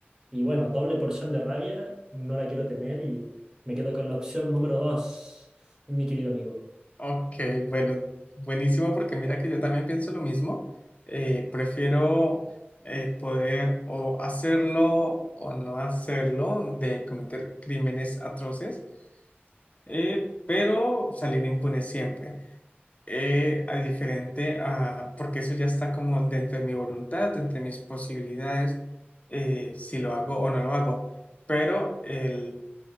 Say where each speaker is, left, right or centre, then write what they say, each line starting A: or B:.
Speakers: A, on the right (about 15°); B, on the left (about 35°).
A: y bueno, doble porción de rabia, no la quiero tener y me quedo con la opción número dos, mi querido amigo.
B: Ok, bueno, buenísimo porque mira que yo también pienso lo mismo. Eh, prefiero eh, poder o hacerlo o no hacerlo de cometer crímenes atroces, eh, pero salir impune siempre. Eh, a diferente a, porque eso ya está como dentro de mi voluntad, dentro de mis posibilidades, eh, si lo hago o no lo hago. Pero el,